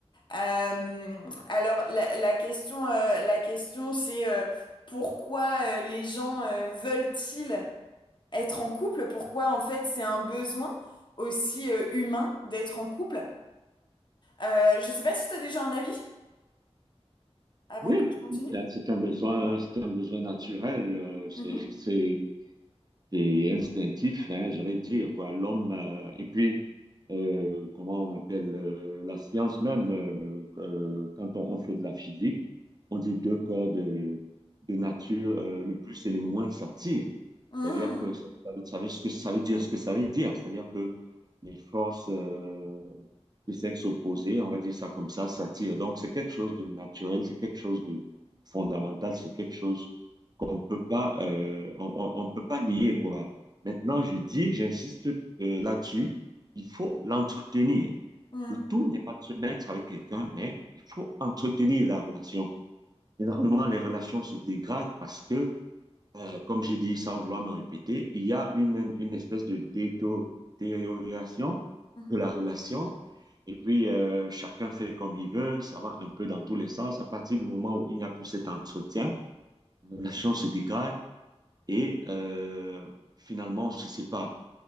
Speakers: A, on the left; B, on the right.
A: Euh, alors la, la question euh, la question c'est euh, pourquoi euh, les gens euh, veulent-ils être en couple? Pourquoi en fait c'est un besoin aussi euh, humain d'être en couple? Euh, je sais pas si tu as déjà un avis avant
B: Oui,
A: que je continue.
B: c'est c'est un besoin, c'est un besoin naturel. euh, C'est,
A: Mhm.
B: c'est- C'est instinctif, hein, j'allais dire, quoi. L'homme, euh, et puis, euh, comment on appelle euh, la science même, euh, euh, quand on, on fait de la physique, on dit deux corps de, de nature, euh, le plus et le moins s'attirent.
A: Mhm,
B: C'est-à-dire que ça, ça veut ça veut- ce que ça veut dire, ce que ça veut dire. C'est-à-dire que les forces euh, de sexe opposé, on va dire ça comme ça, s'attirent. Donc, c'est quelque chose de naturel, c'est quelque chose de fondamental, c'est quelque chose on peut pas, euh, on, on- on peut pas nier, quoi. Maintenant, je dis, j'insiste euh, là-dessus, il faut l'entretenir.
A: mhm,
B: Le tout n'est pas de se mettre avec quelqu'un, mais il faut entretenir la relation. Généralement, les relations se dégradent parce que, euh, comme je dis sans vouloir me répéter, il y a une, une espèce de déto- détérioration
A: mhm,
B: de la relation. Et puis, euh, chacun fait comme il veut, ça va un peu dans tous les sens. À partir du moment où il n'y a plus cet entretien, la relation se dégrade et euh, finalement, on se sépare.